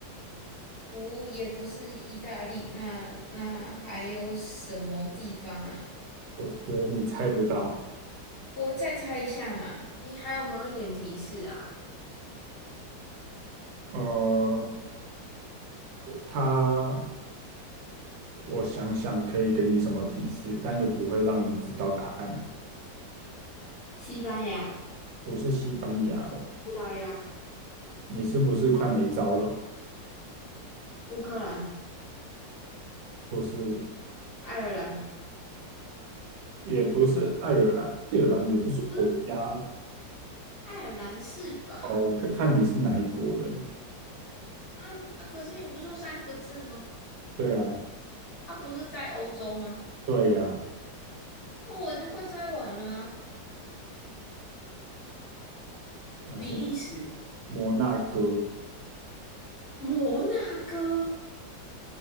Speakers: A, on the left (about 45°); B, on the right (about 85°).
A: 不，也不是意大利，那那还有什么地方啊？
B: 我觉得你猜不到。
A: 我再猜一下嘛。你还有没有一点提示啊？
B: 呃，他，我想想可以给你什么提示，但又不会让你知道答案。
A: 西班牙、
B: 不是西班牙哦，
A: 葡萄牙、
B: 你是不是快没招了？
A: 乌克兰、
B: 不是，
A: 爱尔兰，
B: 也不是爱尔兰，爱尔兰也不是国家
A: 嗯，爱尔兰是吧？
B: 哦，看看你是哪一国人。
A: 啊啊可是你不是说三个字吗？
B: 对啊，
A: 啊，不是在欧洲吗？
B: 对呀，
A: 那我已经快猜完了啊。
B: 那是
A: 比利时、
B: 摩纳哥，
A: 摩纳哥，